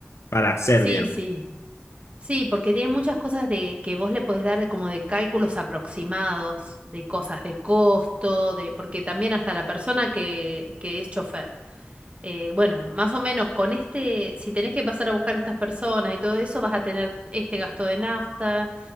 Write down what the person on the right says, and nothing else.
Sí,
sí. Sí, porque tiene muchas cosas de que vos le podés dar de como de cálculos aproximados, de cosas de costo, de porque también hasta la persona que, que es chofer. eh, bueno, más o menos con este, si tenés que pasar a buscar a estas personas y todo eso, vas a tener este gasto de nafta.